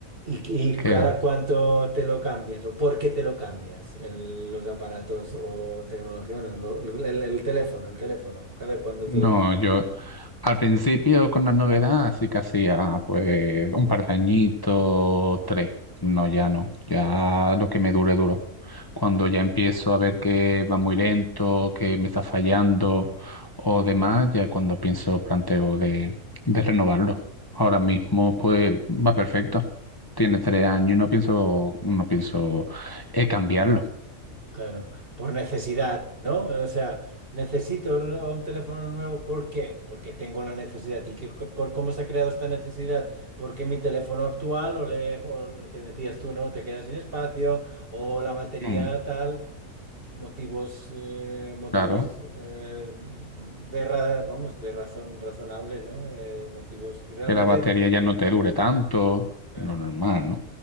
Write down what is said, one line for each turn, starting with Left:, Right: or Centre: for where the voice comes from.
Right: ¿Y, y
Left: ¿Qué
Right: cada
Left: va?
Right: cuánto te lo cambias o por qué te lo cambias el- los aparatos o tecnología? Bueno, lo- el, el teléfono, el teléfono, cada cuánto
Left: No,
Right: te lo cambias.
Left: yo al principio con la novedad sí que hacía pues un par de añitos, tres. No, ya no, ya lo que me dure duro. Cuando ya empiezo a ver que va muy lento, que me está fallando o demás, ya cuando pienso planteo de, de renovarlo. Ahora mismo pues va perfecto. Tiene tres años y no pienso, no pienso eh, cambiarlo.
Right: Claro, por necesidad, ¿no? O sea, necesito un, un teléfono nuevo, ¿por qué? Porque tengo la necesidad. ¿Y qué- por cómo se ha creado esta necesidad? Porque mi teléfono actual, o, le, o lo que decías tú, ¿no? Te queda sin espacio, o la batería
Left: Mm,
Right: tal. motivos, eh, motivos
Left: claro,
Right: eh, de, ra- vamos, de razón razonable, ¿no? Eh, motivos que realmente,
Left: que la batería ya no te dure tanto,
Right: claro,
Left: lo normal, ¿no?